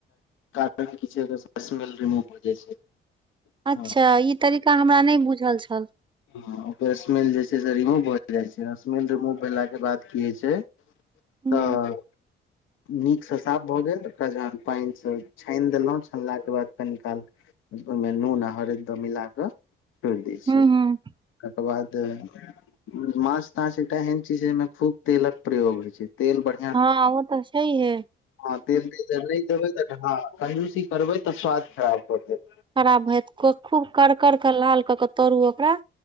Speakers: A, on the left; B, on the right.
A: कारण की छै, ओतस स्मेल रिमूव भ जाइ छै।
B: अच्छा
A: हँ
B: ई तरीका हमरा नै बुझल छल।
A: हं ओकर स्मेल जे छैय रिमूव भए जाइ छैय, स्मेल रिमूव भेला के बाद की होइ छैय।
B: हूँ
A: तऽ नीकसँ साफ भऽ गेल ओकरा जहन पानिसँ छानि देलहुँ छानलाके बाद कनी काल ओइमे नून आ हरैद मिला कऽ छोइड़ दै छियै
B: हूँ हूँ
A: कतवा देह माछ ताछ एकटा एहन चीज छैय, जइमे खूब तेलक प्रयोग होइ छैय, तेल बढ़
B: हँ ओ तऽ छैइहे।
A: हँ तेल दिजवै नै देबै तऽ ह कंजुसी करबै तऽ स्वाद खराब भऽ जाएत।
B: खराब भैत खूब कर कर कऽ लाल कऽ कऽ तरू ओकरा।